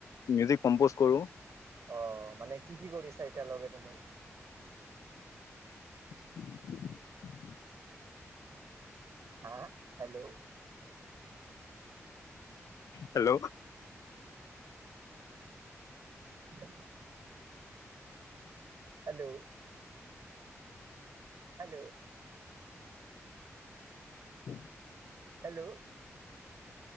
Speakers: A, on the left; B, on the right.
A: মিউজিক কম্প'জ কৰো।
B: অ মানে কি কি কৰিছা এতিয়ালকে তুমি?
A: <unintelligible>
B: হা হেল্ল'।
A: হেল্ল'।
B: <unintelligible> Hello hello.
A: উম
B: হেল্ল'।